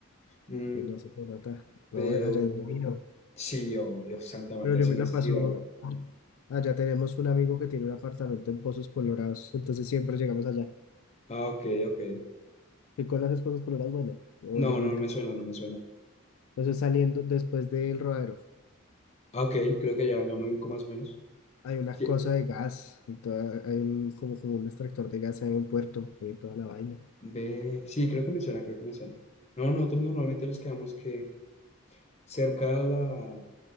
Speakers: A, on the left; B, on the left.
A: Mm,
B: Uy, no se te nota.
A: pero
B: No, allá es divino.
A: sí, obvio, Santa Marta
B: Pero yo
A: es
B: me
A: una
B: la
A: ciudad.
B: paso, allá tenemos un amigo que tiene un apartamento en Pozos Colorados, entonces siempre llegamos allá.
A: Ah, ok, ok.
B: ¿Qué con conoces Pozos Colorados? Bueno, obviamente.
A: No, no no me suena, no me suena.
B: Entonces saliendo después del rodadero,
A: Ah, Ok, creo que ya, ya me ubico más o menos.
B: hay una
A: Sí,
B: cosa de gas y toda, hay un, como, como un extractor de gas, hay un puerto y toda la vaina.
A: ve, sí, creo que me suena, creo que me suena. No, nosotros normalmente nos quedamos que cerca a la,